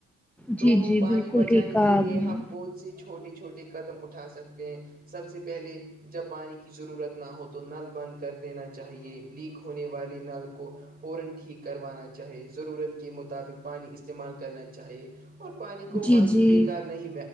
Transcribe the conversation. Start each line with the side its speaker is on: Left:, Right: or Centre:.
Right: تو
Centre: جی جی
Right: پانی
Centre: بالکل
Right: بچانے
Centre: ٹھیک کہا
Right: کے لیے
Centre: آپ نے
Right: ہم بہت سے چھوٹے چھوٹے قدم اٹھا سکتے ہیں سب سے پہلے جب پانی کی ضرورت نہ ہو تو نل بند کر دینا چاہیے لیک ہونے والی نل کو کروانا چاہے ضرورت کے مطابق پانی استعمال کرنا چاہیے اور پانی کو
Centre: جی
Right: مانا کہ
Centre: جی
Right: بےیکار نہیں